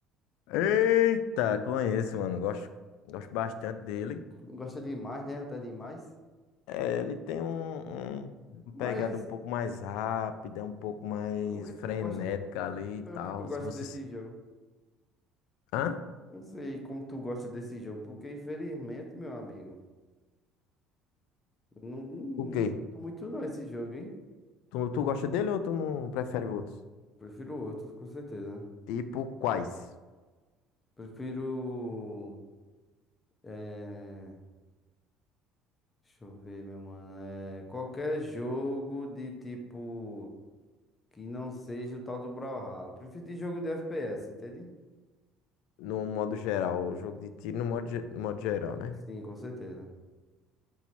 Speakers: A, on the left; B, on the left.
A: Eita, conheço, mano. Gosto, gosto bastante dele.
B: Gosta demais, né? Até demais.
A: É, ele tem um, um- uma
B: Mas
A: pegada um pouco mais rápida, um pouco mais
B: o que
A: frenética
B: tu gosta,
A: ali e
B: o
A: tal.
B: que tu gosta
A: Se você.
B: desse
A: se-
B: jogo?
A: Hã?
B: Não sei como tu gosta desse jogo, porque infelizmente, meu amigo, eu não, não
A: O quê?
B: curto muito não esse jogo, hein?
A: Tu, tu gosta dele ou tu não prefere outros?
B: Prefiro outros, com certeza.
A: Tipo, quais?
B: Prefiro. eh, Deixa eu ver, meu mano. É, qualquer jogo de tipo que não seja o tal do Brawlhalla. Prefiro de jogo de FPS, entende?
A: No modo geral, o jogo de tiro no modo, ge- no modo geral, né?
B: Sim, com certeza.